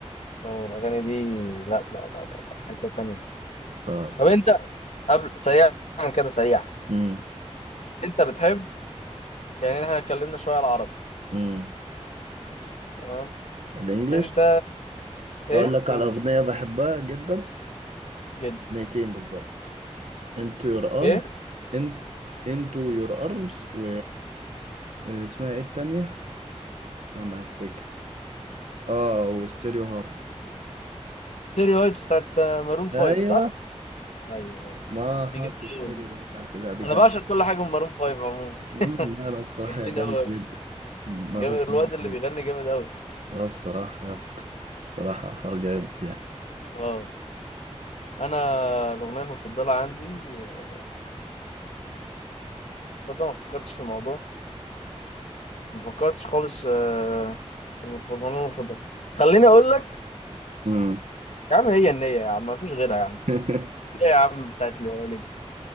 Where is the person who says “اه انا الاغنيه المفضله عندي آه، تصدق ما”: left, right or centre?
Left